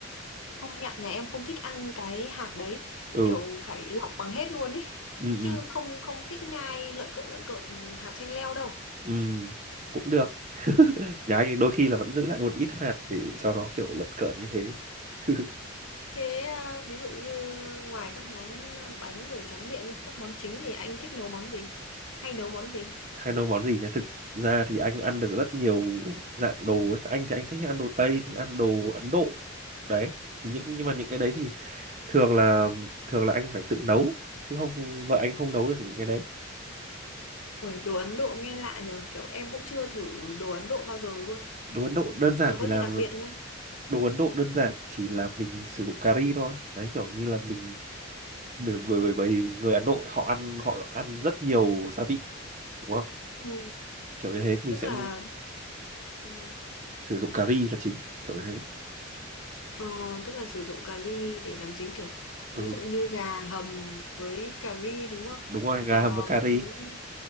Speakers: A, on the left; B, on the right.
A: Không anh ạ, nhà em không thích ăn cái hạt đấy,
B: ừ
A: kiểu phải lọc bằng hết luôn ý,
B: ừ
A: chứ
B: ừ,
A: không không thích nhai lợn cợn lợn cợn hạt chanh leo đâu.
B: ừ. cũng được <laughs> nhà anh đôi khi là vẫn giữ lại một ít hạt để cho nó kiểu lợn cợn như thế <laughs>
A: Thế à, ví dụ như ngoài các món à, bánh rồi tráng miệng đi, các món chính thì anh thích nấu món gì? Hay nấu món gì?
B: hay nấu món gì nhá thực ra thì anh ăn được rất nhiều dạng đồ ấy anh thì anh thích ăn đồ Tây thích ăn đồ Ấn Độ đấy thì những nhưng mà những cái đấy thì thường là thường là anh phải tự nấu chứ không vợ anh không nấu được những cái đấy
A: Ui, đồ Ấn Độ nghe lạ nhờ, kiểu em cũng chưa thử đồ Ấn Độ bao giờ luôn.
B: đồ Ấn Độ đơn giản
A: Nó có
B: chỉ là
A: gì đặc biệt không anh?
B: đồ Ấn Độ đơn giản chỉ là mình sử dụng cà ri thôi đấy kiểu như là mình bởi bởi bởi bởi người Ấn Độ họ ăn họ ăn rất nhiều gia vị đúng không
A: Ừ,
B: kiểu như thế thì mình
A: tức
B: sẽ
A: là ừ,
B: sử dụng cà ri là chính kiểu như thế
A: Ờ, tức là sử dụng cà ri để làm chính kiểu
B: ừ
A: ví dụ như gà hầm với cà ri đúng không?
B: đúng rồi gà
A: Bò
B: hầm với cà
A: với
B: ri
A: cà ri.